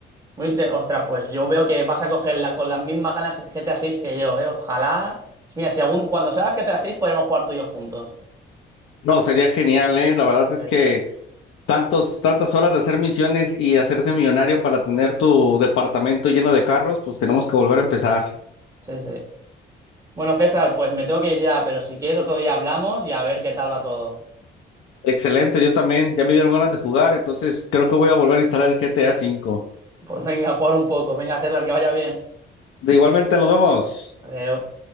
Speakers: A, on the right; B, on the left.
A: Muy inte- Ostras, pues yo veo que vas a coger la- con las mismas ganas el GTA 6 que yo, ¿eh? Ojalá. Mira, si algún, cuando salga GTA 6 podremos jugar tú y yo juntos.
B: No, sería genial, ¿eh? La verdad es
A: Eh,
B: que tantos, tantas horas de hacer misiones y hacerte millonario para tener tu departamento lleno de carros, pues tenemos que volver a empezar.
A: sí, sí. Bueno, César, pues me tengo que ir ya, pero si quieres otro día hablamos y a ver qué tal va todo.
B: Excelente, yo también. Ya me dieron ganas de jugar, entonces creo que voy a volver a instalar el GTA V.
A: Pues venga, a jugar un poco. Venga, César, que vaya bien.
B: De igualmente, nos vemos.
A: Adiós.